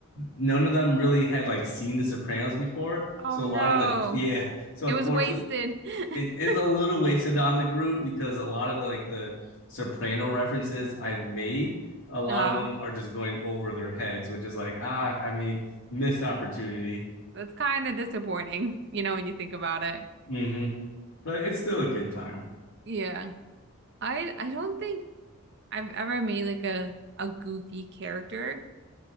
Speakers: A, on the left; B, on the right.
A: none of them really had like seen The Sopranos before.
B: oh
A: So
B: no.
A: a lot of the <laughs> yeah, so
B: It
A: unfortunately,
B: was wasted.
A: it,
B: <laughs>
A: it's a little wasted on the group because a lot of the like the Soprano references I've made, a lot
B: Ah,
A: of them are just going over their heads, which is like ah, I mean, missed opportunity.
B: that's kind of disappointing, you know, when you think about it.
A: Mm-hmm. But it's still a good time.
B: Yeah. I I don't think I've ever made like a a goofy character.